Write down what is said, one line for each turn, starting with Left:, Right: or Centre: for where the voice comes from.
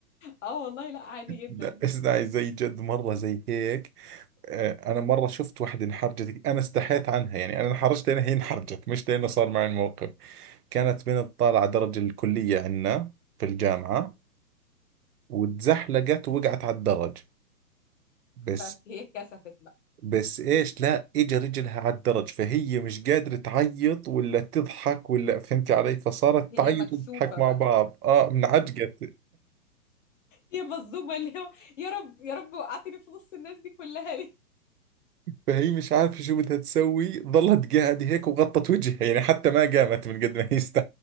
Left: اه والله لا عادي جدا
Right: لا اسمعي زي جد مرة زي هيك آه، أنا مرة شفت وحدة انحرجت أنا استحيت عنها يعني أنا انحرجت لأنها هي انحرجت مش لأنه صار معي الموقف كانت بنت طالعة درج الكلية عنا في الجامعة واتزحلقت ووقعت على الدرج بس
Left: فهي اتكسفت بقى
Right: بس ايش لا اجى رجلها على الدرج فهي مش قادرة تعيط ولا تضحك ولا فهمت علي فصارت
Left: هي
Right: تعيط
Left: مكسوفة
Right: وتضحك مع
Left: بقى
Right: بعض اه منعجقت
Left: هي مظلومة اللي هو يا رب يا رب وقعتني في نص الناس دي كلها ليه
Right: فهي مش عارفة شو بدها تسوي ظلت قاعدة هيك وغطت وجهها يعني حتى ما قامت من قد ما هي است-